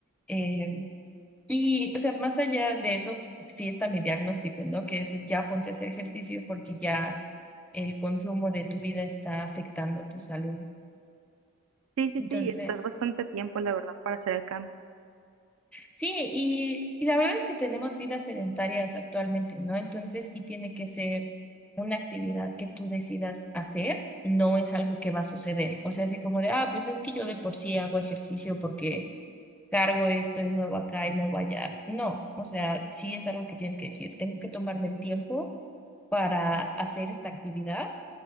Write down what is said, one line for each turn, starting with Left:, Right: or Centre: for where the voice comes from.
Centre: Eh, Y, o sea, más allá de eso, sí está mi diagnóstico, ¿no? Que eso ya ponte a hacer ejercicio porque ya el consumo de tu vida está afectando tu salud.
Right: Sí, sí,
Centre: Entonces,
Right: sí, estás bastante tiempo, la verdad, para hacer el cambio.
Centre: sí, y, y la verdad es que tenemos vidas sedentarias actualmente, ¿no? Entonces sí tiene que ser una actividad que tú decidas hacer, no es algo que va a suceder. O sea, así como de, ah, pues es que yo de por sí hago ejercicio porque cargo esto y muevo acá y muevo allá. No, o sea, sí es algo que tienes que decir. Tengo que tomarme el tiempo para hacer esta actividad